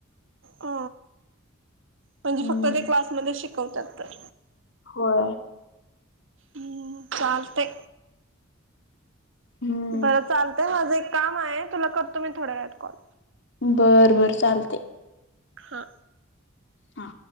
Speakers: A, on the right; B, on the left.
A: अ म्हणजे
B: हम्म
A: फक्त ते क्लासमध्ये शिकवतात तर.
B: होय.
A: हम्म चालते.
B: हम्म
A: बरं चालतय माझं एक काम आहे तुला करतो मी थोड्या वेळात कॉल.
B: बर बर चालते.
A: हा.
B: हा.